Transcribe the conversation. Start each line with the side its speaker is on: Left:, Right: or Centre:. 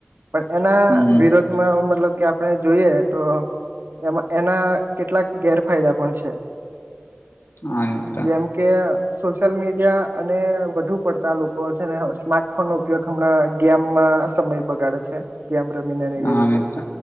Right: પણ એના
Left: હમ
Right: વિરુદ્ધ એમાં મતલબ કે આપણે જોઈએ તો એમાં એના કેટલાક ગેરફાયદા પણ છે.
Left: હા એ
Right: જેમ કે સોશિયલ મીડિયા અને વધુ પડતા લોકો છે ને સ્માર્ટફોન નો ઉપયોગ હમણાં ગેમમાં સમય બગાડે છે ગેમ રમીને ને એવી
Left: હા
Right: રીતે
Left: મિત્ર